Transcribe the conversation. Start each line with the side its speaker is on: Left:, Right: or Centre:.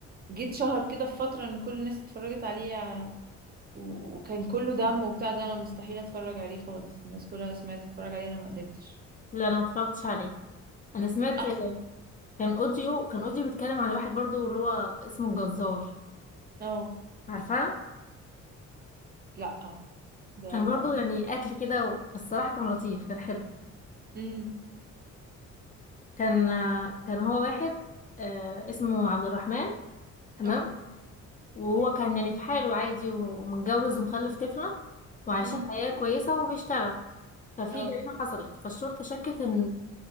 Right: جيت شهر كده في فترة ان كل الناس اتفرجت عليه ع- و- وكان كله دم وبتاع ده انا مستحيل اتفرج عليه خالص الناس كلها سمعت تتفرج عليه انا ما قدرتش
Left: لا انا متفرجتش عليه انا سمعت
Right: احسن
Left: كان اوديو كان اوديو بيتكلم عن واحد برضو اللي هو اسمه الجزار
Right: اه
Left: عارفاه
Right: لا ده
Left: كان برضو يعني قتل كده بس الصراحة كان لطيف كان حلو
Right: امم
Left: كان كان هو واحد آه، اسمه عبد الرحمن تمام
Right: اه
Left: وهو كان يعني في حاله عادي ومتجوز ومخلف طفلة وعايشين
Right: امم
Left: حياة كويسة وبيشتغل ففي
Right: اه
Left: جريمة حصلت فالشرطة شكت ان